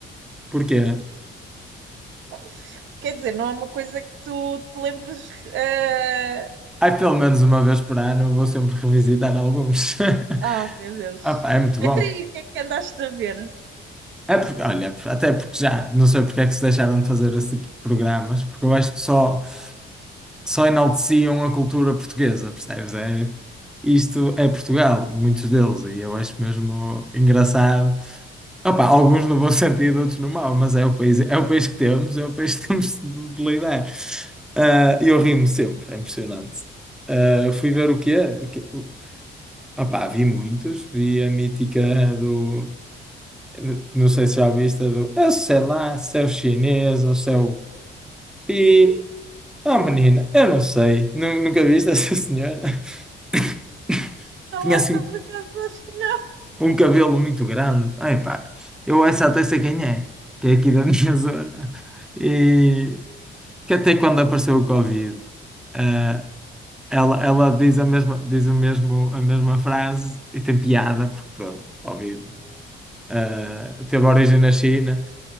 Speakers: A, in the centre; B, on the right.
A: Porquê?
B: Pá, Quer dizer, não é uma coisa que tu te lembres. eh,
A: Ai, pelo menos uma vez por ano eu vou sempre revisitar alguns.
B: Ah,
A: <laughs>
B: meu Deus.
A: Ah, pá, é muito
B: Até
A: bom.
B: aí, o que é que andaste a ver?
A: É porque, olha, até porque já não sei porque é que se deixaram de fazer esse tipo de programas, porque eu acho que só, só enalteciam a cultura portuguesa, percebes? É, isto é Portugal, muitos deles, e eu acho mesmo engraçado. Opa, alguns no bom <laughs> sentido, outros no mau, mas é o país, é o país que temos, é o país que <laughs> temos de de lidar. Ah, E eu rimo sempre, é impressionante. Ah, fui ver o quê? O quê? Ah pá, vi muitos, vi a mítica do, de- não sei se já viste, a do, eu sei lá, se é o chinês ou se é o pi, ah menina, eu não sei, Nu- nunca viste essa senhora? <laughs>
B: Não,
A: Tinha
B: essa
A: assim
B: por acaso acho que não.
A: um cabelo muito grande, ai pá, eu essa até sei quem é, que é aqui da <laughs> minha zona, e que até quando apareceu o Covid, ah, ela, ela diz a mesma, diz o mesmo, a mesma frase e tem piada, porque pronto, Covid. eh, teve origem na China